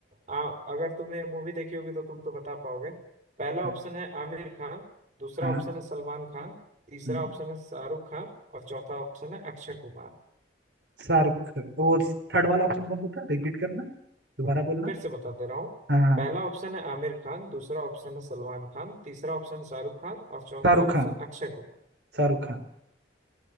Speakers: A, on the right; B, on the right.
A: आ, अगर तुमने मूवी देखी होगी तो तुम तो बता पाओगे पहला
B: हाँ
A: ऑप्शन है आमिर खान दूसरा
B: हाँ
A: ऑप्शन है सलमान खान तीसरा
B: हम्म,
A: ऑप्शन है शाहरुख खान और चौथा ऑप्शन है अक्षय कुमार
B: शाहरुख खान। वो थर्ड वाला ऑप्शन कौन सा था रिपीट करना दोबारा बोलना
A: फिर से बता दे रहा हूँ
B: हाँ हाँ,
A: पहला ऑप्शन है आमिर खान दूसरा ऑप्शन है सलमान खान तीसरा ऑप्शन शाहरुख खान और चौथा
B: शाहरुख
A: ऑप्शन
B: खान
A: अक्षय कुमार
B: शाहरुख खान